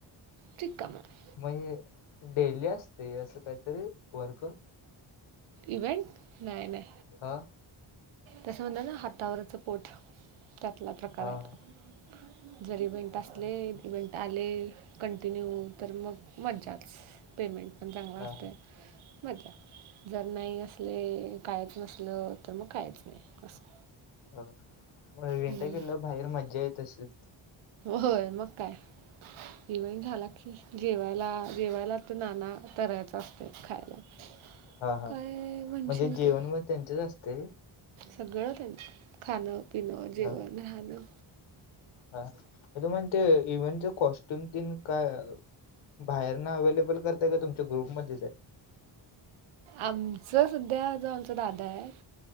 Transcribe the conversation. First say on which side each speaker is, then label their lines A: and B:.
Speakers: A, on the right; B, on the left.
A: ठीक काम आहे
B: मग, डेली असते, असं काहीतरी वर्क
A: इव्हेंट नाही नाही.
B: हा.
A: तसं म्हणतात ना हातावरच पोट त्यातला प्रकार
B: हा
A: आहे
B: हा
A: तो. जर इव्हेंट असले
B: असं असते
A: इव्हेंट आले कंटिन्यू, तर मग मज्जाच पेमेंट पण चांगला
B: हा
A: असतोय. मज्जा. जर नाही असले, कायच नसंल तर मग कायच नाही असं.
B: हो. मग <unintelligible>
A: हम्म.
B: गेल बाहेर मज्जा येत असेल.
A: होय मग काय. एव्हेन्ट झाला की जेवाय जेवायला तर नाना तऱ्हाच असतं खायला.
B: हा हा
A: काय
B: म्हणजे
A: म्हणशील
B: जेवण
A: ते
B: मग त्यांचेच असतंय?
A: सगळं त्यांच. खाणं, पिणं, जेवण,
B: हा
A: राहणं.
B: हा. तुम्ही ते इव्हेंटचे कॉस्ट्युम तेनं काय बाहेरन अव्हेलेबल करताय का तुम ते ग्रुपमध्येच आहेत?
A: आमचं सध्या जो आमचा दादा आहे